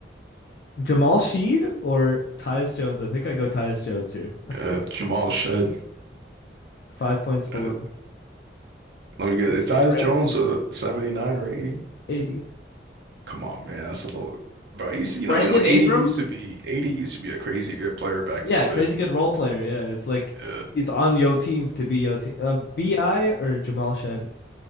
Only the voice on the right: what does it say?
Yeah, yeah. Jamal Shed.
That is- Let me get. Is Tyus
Jones a 79 or 80?
Come on, man. That's a little. Bro, you see, you
know, you know, 80
used to be 80 used to be a crazy good player back
in the
day.
Yeah,